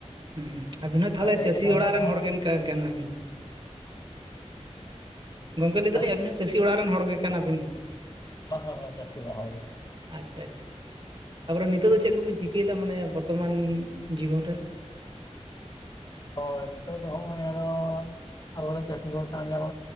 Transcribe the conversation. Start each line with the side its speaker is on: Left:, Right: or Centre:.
Right: ᱦᱡᱸ ᱦᱩᱸ ᱟᱵᱤᱱ ᱦᱚᱸ
Left: ᱫᱟᱜ
Right: ᱛᱟᱦᱚᱞᱮ
Left: ᱡᱟᱹᱲᱤ
Right: ᱪᱟᱹᱥᱤ
Left: ᱞᱮᱠᱷᱟᱱ
Right: ᱚᱲᱟᱜ
Left: ᱜᱮ ᱟᱫᱚ
Right: ᱨᱮᱱ ᱦᱚᱲᱜ ᱠᱟ ᱠᱟᱱᱟᱵᱤᱱ? ᱜᱚᱝᱠᱮ ᱞᱟᱹᱭ ᱮᱫᱟᱞᱤᱧ
Left: ᱦᱮᱸ
Right: ᱟᱵᱤᱱ ᱦᱚᱸ ᱪᱟᱹᱥᱤ ᱚᱲᱟᱜ ᱨᱮᱱ ᱦᱚᱲ ᱜᱮ ᱠᱟᱱᱟᱵᱤᱱ?
Left: ᱦᱚ ᱦᱚ ᱪᱟᱥᱤ ᱟᱲᱟᱜ ᱦᱚᱲ ᱜᱮ᱾
Right: ᱟᱪᱪᱷᱟ ᱟᱪᱪᱷᱟ ᱛᱟᱯᱚᱨᱮ ᱱᱤᱛᱚᱜ ᱫᱚ ᱪᱮᱫ ᱠᱚᱵᱤᱱ ᱪᱤᱠᱟᱹᱭᱮᱫᱟ ᱢᱟᱱᱮ ᱵᱚᱨᱛᱚᱢᱟᱱ ᱡᱤᱵᱚᱱ ᱨᱮ?
Left: ᱦᱳᱭ ᱱᱤᱛᱚᱜ ᱫᱚ ᱟᱫᱚ ᱟᱵᱚ ᱫᱚ ᱪᱟᱹᱥᱤ ᱦᱚᱲ ᱠᱟᱱ ᱜᱮᱵᱚ